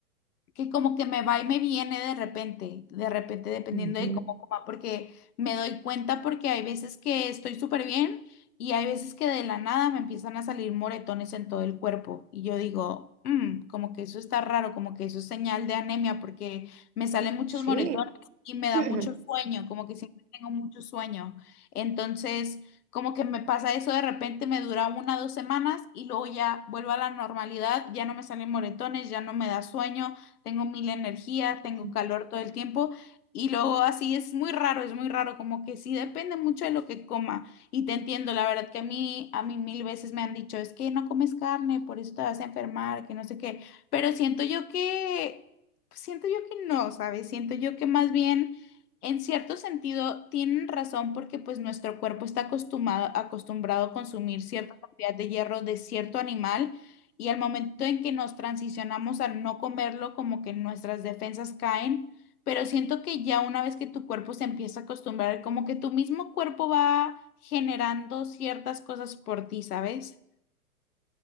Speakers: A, on the left (about 75°); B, on the right (about 80°).
A: que como que me va y me viene de repente, de repente dependiendo
B: ujú,
A: de cómo coma, porque me doy cuenta porque hay veces que estoy súper bien y hay veces que de la nada me empiezan a salir moretones en todo el cuerpo y yo digo, "Mm, como que eso está raro, como que eso es señal de anemia porque me salen muchos
B: sí.
A: moretones y me da
B: <clears throat>
A: mucho sueño, como que siempre tengo mucho sueño. Entonces, como que me pasa eso de repente, me dura una o dos semanas y luego ya vuelvo a la normalidad, ya no me salen moretones, ya no me da sueño tengo mil energía, tengo
B: ujú.
A: calor todo el tiempo y luego así es muy raro, es muy raro, como que sí depende mucho de lo que coma y te entiendo, la verdad que a mí, a mí mil veces me han dicho, es que no comes carne, por eso te vas a enfermar, que no sé qué, pero siento yo que, siento yo que no, ¿sabes? Siento yo que más bien... En cierto sentido, tienen razón porque pues nuestro cuerpo está acostumbrado, acostumbrado a consumir cierta cantidad de hierro de cierto animal y al momento en que nos transicionamos a no comerlo, como que nuestras defensas caen, pero siento que ya una vez que tu cuerpo se empieza a acostumbrar, como que tu mismo cuerpo va generando ciertas cosas por ti, ¿sabes?